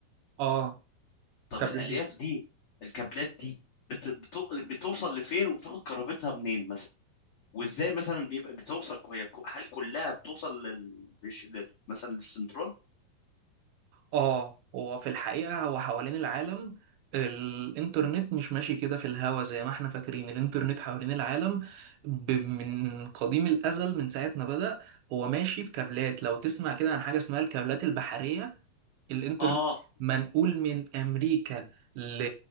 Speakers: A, on the right; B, on the left.
A: اه
B: طب
A: كبرنامج
B: الالياف دي الكابلات دي بت- بتو- بتوصل لفين وبتاخد كهربتها منين مثلا؟ وازاي مثلا بيبقى بتوصل هي ك- هل كلها بتوصل لل... لش- لل... مثلا للسنترال
A: اه هو في الحقيقة هو حوالين العالم الانترنت مش ماشي كده في الهوا زي ما احنا فاكرين الانترنت حوالين العالم ب... من قديم الازل من ساعة ما بدأ هو ماشي في كابلات لو تسمع كده عن حاجة اسمها الكابلات البحرية الانترنت
B: اه
A: منقول من امريكا ل...